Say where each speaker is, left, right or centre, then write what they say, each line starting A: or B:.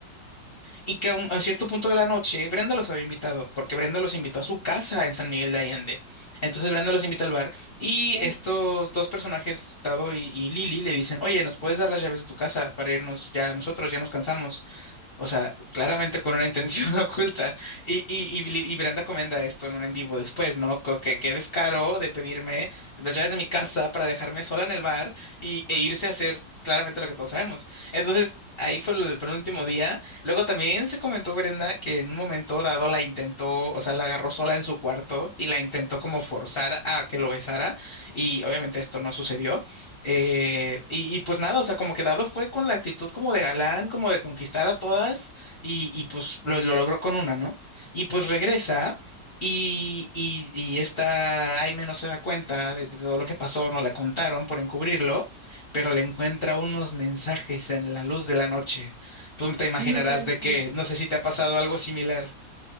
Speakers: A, on the left; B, on the right.
A: Y que a, un- a cierto punto de la noche Brenda los había invitado, porque Brenda los invitó a su casa en San Miguel de Allende. Entonces Brenda los invita al bar y
B: Ok,
A: estos dos personajes, Tado y, y Lili, le dicen, oye, ¿nos puedes dar las llaves de tu casa para irnos ya nosotros? Ya nos cansamos. O sea, claramente con una intención <laughs> oculta. Y, y, y, y Brenda comenta esto en un en vivo después, ¿no? Co- Que qué descaro de pedirme las llaves de mi casa para dejarme sola en el bar y, e irse a hacer claramente lo que todos sabemos. Entonces, ahí fue lo del penúltimo día. Luego también se comentó Brenda que en un momento dado la intentó, o sea, la agarró sola en su cuarto y la intentó como forzar a que lo besara. Y obviamente esto no sucedió. Eh, y, y pues nada, o sea, como que Dado fue con la actitud como de galán, como de conquistar a todas, y, y pues lo, lo logró con una, ¿no? Y pues regresa, y, y, y esta Aime no se da cuenta de, de todo lo que pasó, no le contaron por encubrirlo, pero le encuentra unos mensajes en la luz de la noche. Tú te imaginarás
B: no manches.
A: de qué no sé si te ha pasado algo similar.